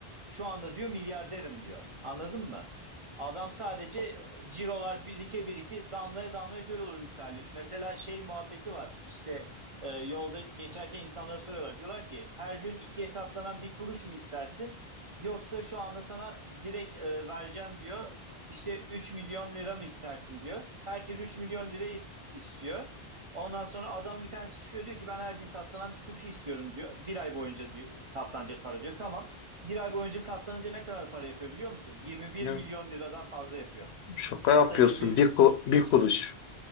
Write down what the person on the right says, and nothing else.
Şu anda diyor milyarderim diyor. Anladın mı? Adam sadece cirolar birike birike damlaya damlaya göl olur misali. Mesela şey muhabbeti var işte e, yolda geçerken insanlara soruyorlar. Diyorlar ki her gün ikiye katlanan bir kuruş mu istersin? Yoksa şu anda sana direkt e, vereceğim diyor. İşte 3 milyon lira mı istersin diyor. Herkes 3 milyon lira is- istiyor. Ondan sonra adam bir tanesi çıkıyor diyor ki ben her gün katlanan bir kuruşu istiyorum diyor. Bir ay boyunca diyor, katlanacak para diyor. Tamam. Bir ay boyunca katlanınca ne kadar para yapıyor biliyor musun? 21
milyon liradan fazla yapıyor.
Hatta 21